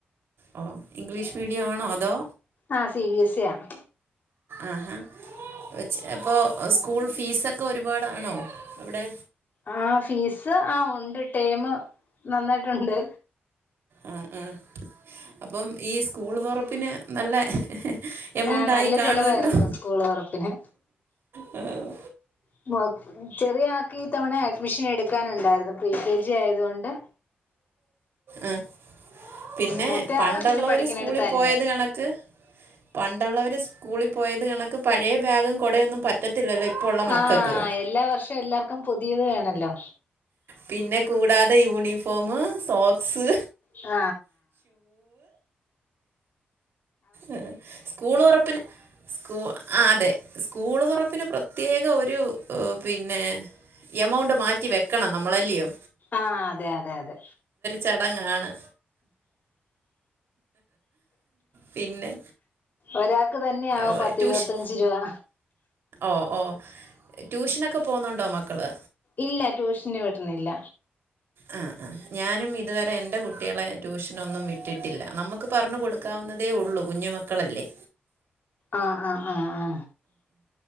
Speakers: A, on the right (about 70°); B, on the left (about 50°).
A: ഓ ഇംഗ്ലീഷ് മീഡിയം ആണോ അതോ
B: ആ സി ബി എസ് സി ആണ്
A: ആഹാ <unintelligible> അപ്പൊ സ്കൂൾ ഫീസൊക്കെ ഒരുപാടാണോ അവിടെ
B: ആ ഫീസ് ആ ഉണ്ട് ടെമ് നന്നായിട്ടുണ്ട്
A: ആ ആ അപ്പം ഈ സ്കൂള് തുറപ്പിന് നല്ല എമൗണ്ട്
B: ആ നല്ല
A: ആയി കാണുമല്ലോ
B: ചെലവായിരുന്നു സ്കൂൾ തുറപ്പിന്
A: ഉം
B: <unintelligible> ചെറിയ ആൾ ക്കി തവണ അഡ്മിഷൻ എടുക്കാനുണ്ടായിരുന്നു പ്രികെ ജി ആയതുകൊണ്ട്
A: ആ പിന്നെ
B: മൂത്തയാള്
A: പണ്ടുള്ളവര്
B: പിന്നെ പഠിക്കണടുത്ത്
A: സ്കൂളിൽ
B: തന്നെ
A: പോയത് കണക്ക് പണ്ടുള്ളവർ സ്കൂളിൽ പോയത് കണക്ക് പഴയ ബാഗും കുടയൊന്നും പറ്റത്തില്ലല്ലോ ഇപ്പോൾ ഉള്ള മക്കൾക്ക്
B: ആ എല്ലാവർഷവും എല്ലാർക്കും പുതിയത് വേണല്ലോ
A: പിന്നെ കൂടാതെ യൂണിഫോമ് സോക്ക് സ്
B: ആ
A: ഏ സ്കൂള് തൊറപ്പിന് സ്കൂ ആ അതെ സ്കൂള് തൊറപ്പിന് പ്രത്യേക ഒരു ഓ പിന്നെ എമൗണ്ട് മാറ്റി വെക്കണം നമ്മളല്ല്യയോ
B: ആഹ് അതെ അതെ അതെ
A: ചടങ്ങാണ് പിന്നെ
B: ഒരാ ക്ക് തന്നെയാവും
A: ഏഹ്,
B: പത്തിരുപത്തഞ്ച്
A: ട്യൂഷൻ
B: രൂപ
A: ഓ ഓ ട്യൂഷനൊക്കെ പോവുന്നുണ്ടോ മക്കള്
B: ഇല്ലാ ട്യൂഷന് വിടുന്നില്ല
A: ആ ആ ഞാനും ഇതുവരെ എന്റെ കുട്ട്യളെ ട്യൂഷനൊന്നും വിട്ടിട്ടില്ല. നമ്മക്ക് പറഞ്ഞു കൊടുക്കാവുന്നതേ ഉള്ളൂ കുഞ്ഞു മക്കളല്ലേ
B: ആ ആ ആ ആ